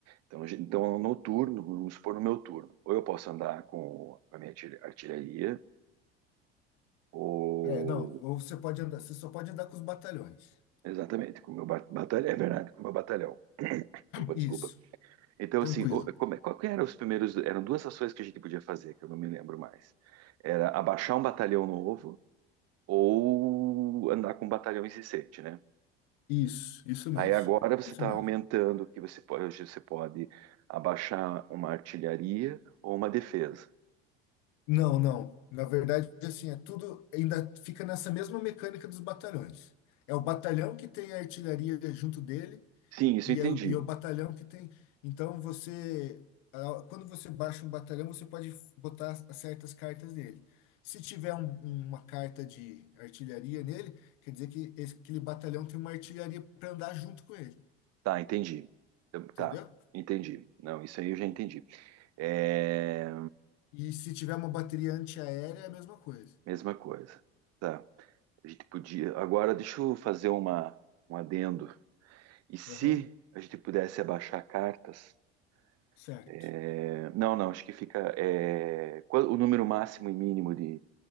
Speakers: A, on the right (about 55°); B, on the left (about 65°).
A: Então, a gente- então, no turno, vamos supor no meu turno, ou eu posso andar com a minha artil- artilharia, ou.
B: É, não, ou você pode andar, você só pode andar com os batalhões.
A: Exatamente, com o meu ba- batalhão. É verdade, com o meu batalhão. <coughs> <clears throat> Opa, desculpa.
B: Isso,
A: Então,
B: tranquilo.
A: assim, o- como, é- qual que eram os primeiros. Eram duas ações que a gente podia fazer, que eu não me lembro mais. Era abaixar um batalhão novo ou andar com um batalhão incessante, né?
B: Isso, isso mesmo.
A: Aí agora você
B: Isso
A: está
B: mesmo.
A: aumentando que você pode, hoje você pode abaixar uma artilharia ou uma defesa.
B: Não, não. Na verdade, assim, é tudo ainda fica nessa mesma mecânica dos batalhões. É o batalhão que tem a artilharia junto dele
A: Sim, isso
B: E
A: eu entendi.
B: é, o- e é o batalhão que tem. Então você, a- quando você baixa um batalhão, você pode f- botar as- certas cartas nele. Se tiver um- um, uma carta de artilharia nele, quer dizer que esse- aquele batalhão tem uma artilharia para andar junto com ele,
A: Tá, entendi. Então, Tá,
B: entendeu?
A: entendi. Não, isso aí eu já entendi. É...
B: E se tiver uma bateria antiaérea, é a mesma coisa.
A: Mesma coisa. Tá. A gente podia. Agora deixa eu fazer uma, um adendo. E se
B: Aham,
A: a gente pudesse abaixar cartas?
B: certo.
A: é, Não, não, acho que fica. é, qual- O número máximo e mínimo de,